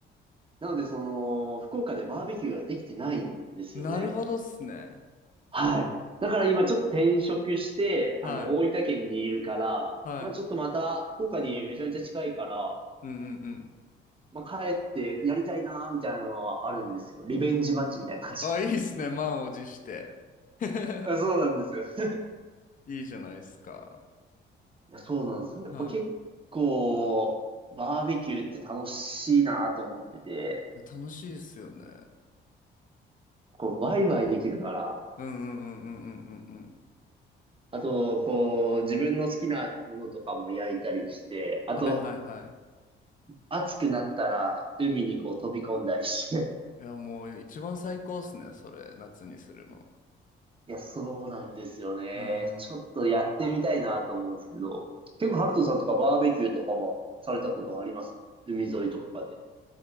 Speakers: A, on the right; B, on the left.
A: なので、その、福岡でバーベキューができてないんですよね。
B: い。なるほどっすね。
A: はい。い。だから今ちょっと転職して、
B: はい。
A: あの、大分県にいるから、
B: はい。
A: まあちょっとまた、福岡にめちゃめちゃ近いから、
B: うんうんうん。
A: まあ帰ってやりたいなーみたいなのはあるんですよ。リベンジマッチみたいな感じ。
B: あ、いいっすね。満を持して。<laughs>
A: あ、そうなんですよ。<laughs>
B: いいじゃないですか。
A: いや、そうなんですよ。やっぱ結構、
B: は
A: バーベキューって楽しいなと思ってて、
B: い。楽しいですよね。
A: こう、ワイワイできるから、
B: うんうんうんうんうんうんうん。
A: あと、こう、自分の好きなものとかも焼いたりして、あと、
B: はいはいはい。
A: 暑くなったら海にこう飛び込んだりして。
B: いや、もう一番最高っすね。それ、夏にするの。
A: <laughs> いや、そうなんですよね。
B: うん。
A: ちょっとやってみたいなと思うんですけど、結構ハルトさんとかバーベキューとかはされたことはあります海沿いとかで。